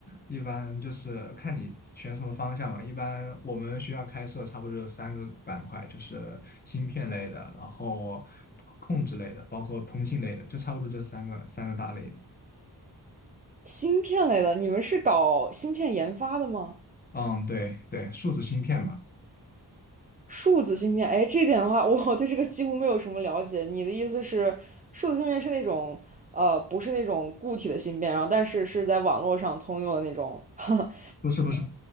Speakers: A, on the left; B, on the right.
A: 一般就是看你选什么方向嘛。一般我们学校开设差不多就是三个板块，就是芯片类的，然后控制类的，包括通信类的，就差不多这三个三个大类吧
B: 芯片类的，你们是搞芯片研发的吗？
A: 嗯，对对，数字芯片吧，
B: 数字芯片，哎，这一点的话，<laughs> 我对这个几乎没有什么了解。你的意思是，数字芯片是那种，呃，不是那种固体的芯片，然后但是是在网络上通用的那种，<laughs>
A: 不是不是，